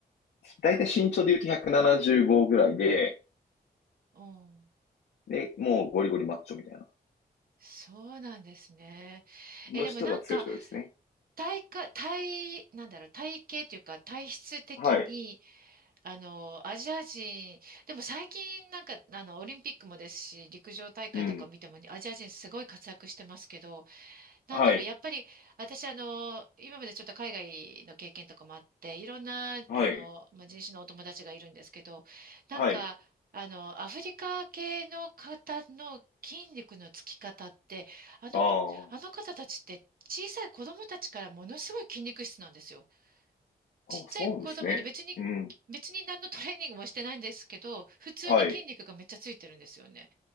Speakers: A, on the left; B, on the right.
A: 大体身長で言うと175ぐらいで、
B: うん。
A: で、もうゴリゴリマッチョみたいな。
B: そうなんですね。
A: の人が強い人多いですね。
B: え、でもなんか、体か、体、なんだろう、体型っていうか、体質的に、
A: はい。
B: あの、アジア人、でも最近なんか、あの、オリンピックもですし、陸上大会とか見ても、
A: うん。
B: アジア人すごい活躍してますけど、なんだろう、
A: はい。
B: やっぱり私、あの、今までちょっと海外の経験とかもあって、いろんな、
A: はい。
B: あの、まあ、人種のお友達がいるんですけど、なんか、
A: はい。
B: あの、アフリカ系の方の筋肉のつき方って、あの子、
A: ああ。
B: あの方たちって小さい子供たちからものすごい筋肉質なんですよ。
A: あ、
B: ちっちゃい子供で別に、
A: そうなんですね。うん。
B: 別に何のトレーニングもしてないんですけど、普通に筋肉がめっちゃついてるんですよね。
A: はい。